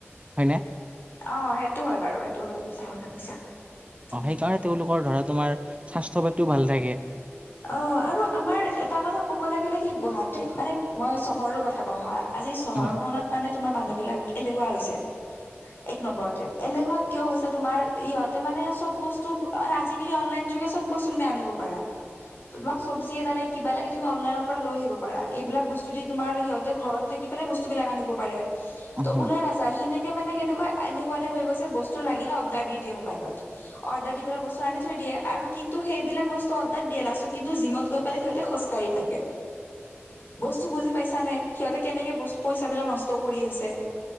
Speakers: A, on the right; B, on the left.
A: হয়নে
B: অ সেইটো হয় বাৰু এইটো ভাল কথা কৈছা তুমি
A: অ
B: মিছা
A: সেইকাৰণে
B: কথা
A: তেওঁলোকৰ
B: নহয় বাৰু
A: ধৰা তোমাৰ স্বাস্থ্য পাতিও ভাল থাকে
B: অ আৰু আমাৰ এটা কথা ক'ব লাগিলে নেকি গুৱাহাটী মানে মই চহৰৰ কথা কওঁ হা আজি চহৰখনত
A: উম
B: মানে তোমাৰ মানুহ বিলাক এলেহুৱা হৈছে এক নম্বৰতে এলেহুৱা কিয় হৈছে তোমাৰ ইহঁতে মানে চব বস্তু আজিকালি অনলাইন যোগে চব বস্তু তুমি আনিব পাৰা তোমাক চবজি এটা লাগে কিবা লাগে তুমি অনলাইনৰ পৰা লৈ আহিব পাৰা এইবিলাক বস্তুদি তোমাৰ সিহঁতে ঘৰত থাকি পেলাই বস্তু বিলাক আনিব পাৰে
A: উম
B: ত ওলাই নাযায় সেনেকে মানে কেনেকুৱা এলেহুৱা টাইপ হৈ গৈছে বস্তু লাগিলে অৰ্ডাৰ দি দিয়ে মোবাইলত অৰ্ডাৰ দি পেলায় বস্তু আনি থৈ দিয়ে আৰু কিন্তু সেইবিলাক বস্তু তাত দিয়ে, লাষ্টত কিন্তু জিমত গৈ পেলাই সিহঁতে খোজকাঢ়ি থাকে', বস্তু বুজি পাইছা নে, সিহঁতে কেনেকে বস্তু, পইচা বিলাক নষ্ট কৰি আছে',